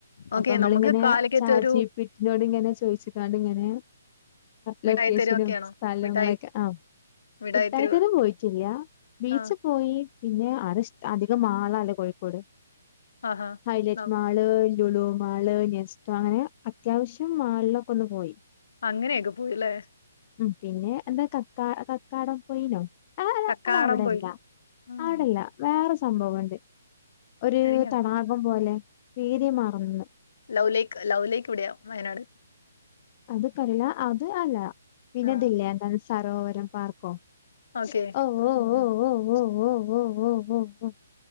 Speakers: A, on the left; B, on the left.
A: ഓക്കെ
B: അപ്പൊ അമ്മളിങ്ങനെ
A: നമുക്ക് കാലിക്കറ്റ്
B: ചാറ്റ്
A: ഒരു
B: ജി പീ ടി നോട് ഇങ്ങനെ ചോയിച്ച്ങ്ങാണ്ട് ഇങ്ങനെ
A: മിഠായി
B: ലൊക്കേഷനും
A: തെരുവൊക്കെയാണോ
B: സ്ഥലങ്ങളൊക്കെ
A: മിഠായി
B: ആ
A: മിഠായി
B: ഇട്ടായിത്തരം
A: തെരുവ്
B: പോയിട്ടില്ല ബീച്ച്
A: ആ
B: പോയി പിന്നെ ആടെ ഇഷ് അധികം മാളലേ കോഴിക്കോട്,
A: ആഹാ
B: ഹൈലൈറ്റ്
A: നം-
B: മാള് ലുലു മാള്, നെസ്റ്റോ അങ്ങനെ അത്യാവശ്യം മാളിലൊക്കൊന്ന് പോയി
A: അങ്ങനെയൊക്കെ പോയിലേ
B: ഉ പിന്നെ എന്താ കക്കാ കക്കാടം പോയിനോ ആ
A: കക്കാടം
B: അതവിടെല്ല
A: പോയി ഉം.
B: അവിടെല്ല വേറെ സ് സംഭവണ്ട് ഒര്
A: എനിക്ക്
B: തടാകം പോലെ പേര് മറന്ന്.
A: ലവ് ലേക്ക്, ലവ് ലേക്ക് ഇവിടെയാ വയനാട്.
B: അത് കറില്ല അത് അല്ല പിന്നെതില്ലേ
A: ആ
B: എന്ത സരോവരം പാർക്കോ
A: ഓക്കെ
B: ഓ ഓ
A: ഉം ഉം
B: ഓ ഓ ഓ ഓ ഓ ഓ ഓ ഓ.